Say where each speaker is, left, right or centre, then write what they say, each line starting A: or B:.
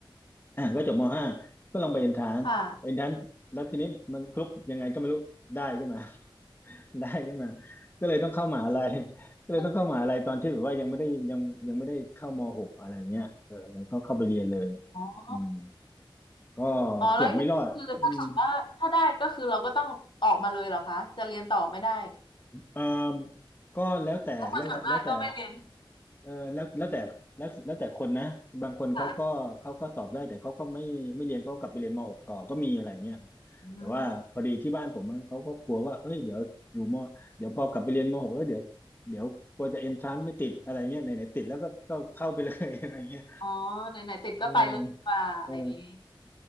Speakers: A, on the left; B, on the left.
A: อ่ะก็จบม .5 ก็ลองไปเอนทรานเอนทรานแล้วทีนี้มันคลุกยังไงก็ไม่รู้ได้ขึ้นมา
B: ค่ะ
A: ได้ขึ้นมาก็เลยต้องเข้ามหาลัย <laughs> ก็เลยต้องเข้ามหาลัยตอนที่แบบว่ายังไม่ได้ยังยังไม่ได้เข้ามหกอะไรเงี้ยเออก็เข้าไปเรียนเลย
B: <laughs> อ๋อ
A: อืมก็
B: อ๋อแล้วอย่างนี้คือถ้าเกิดว่าถ้าได้ก็คือเราก็ต้องออกมาเลยเหรอคะจะเรียนต่อไม่ได้
A: เกือบไม่รอดอืม
B: <laughs>
A: เออก็แล้วแต่แล้วแล้วแต่
B: เพราะคนส่วนมากก็ไม่เรียน
A: เออแล้วแล้วแต่แล้วแล้วแต่คนนะบางคนเขาก็เขาก็สอบได้แต่เขาก็ไม่ไม่เรียนเขาก็กลับไปเรียนมหกต่อก็มีอะไรเงี้ยครับแต่ว่าพอดีที่บ้านผมมันเขาก็กลัวว่าเอ้ยเดี๋ยวอยู่มเดี๋ยวพอกลับไปเรียนมหกแล้วเดี๋ยวเดี๋ยวกลัวจะเอนทรานไม่ติดอะไรเงี้ยไหนไหนติดแล้วก็ก็เข้าไปเลย
B: <laughs> ค่ะอืม
A: <laughs> อะไรเงี้ย
B: อ๋อไหนๆติดก็ไปเลยดีกว่าอย่างนี้
A: เออเออ